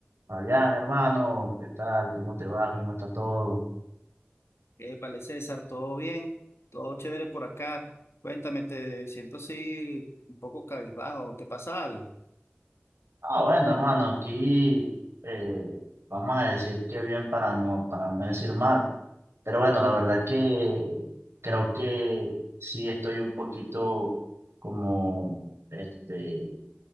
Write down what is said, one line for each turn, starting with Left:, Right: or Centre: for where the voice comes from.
Right: Fabián, hermano, ¿qué tal? ¿Cómo te va? ¿Cómo está todo?
Left: Épale, César, ¿todo bien? ¿Todo chévere por acá? Cuéntame, te siento así un poco cabizbajo, ¿te pasa algo?
Right: Ah, bueno, hermano, aquí eh, vamos a decir que bien para no, para no decir mal. Pero bueno, la verdad que creo que sí estoy un poquito como este,